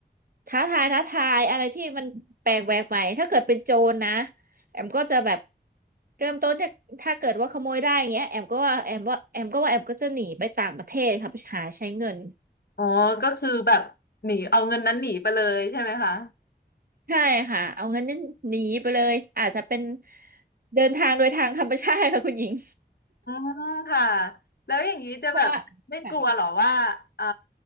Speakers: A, on the right; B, on the left.
A: ท้าทายท้าทายอะไรที่มันแปลกแหวกใหม่ถ้าเกิดเป็นโจรนะแอมก็จะแบบเริ่มต้นจากถ้าเกิดว่าขโมยได้อย่างเงี้ยแอมก็ว่าแอมว่าแอมก็ว่าแอมก็จะหนีไปต่างประเทศค่ะไปหาใช้เงิน
B: อ๋อก็คือแบบหนีเอาเงินนั้นหนีไปเลยใช่ไหมคะ
A: ใช่ค่ะเอางั้นนี่หนีไปเลยอาจจะเป็นเดินทางโดยทางธรรมชาติค่ะ <laughs> คุณหญิง
B: อืมค่ะแล้วอย่างนี้จะแบบไม่กลัวเหรอว่าเอ่อ
A: เพราะว่าค่ะ